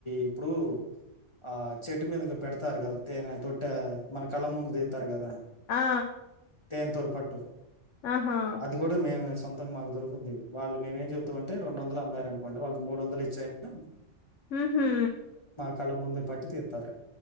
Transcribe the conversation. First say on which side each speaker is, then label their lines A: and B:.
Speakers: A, on the left; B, on the left.
A: ఇప్పుడు ఆ చెట్టు మీదగా పెడతారు కదా తేనె తొట్ట మన కళ్ళ ముందు దితారు కదా
B: ఆ! ఆ!
A: తేనె తోలు పట్టు
B: ఆహా!
A: అది కూడా మేము సొంతంగా మాకుొకుద్ది వాళ్ళ మేం అే రెండు వందలు అమ్మార అనుకోడి వాళ్ళకి మూ వందలు ఇచ్చయినా
B: ఉహు
A: కళ్ళ ముందే పట్టి తితారు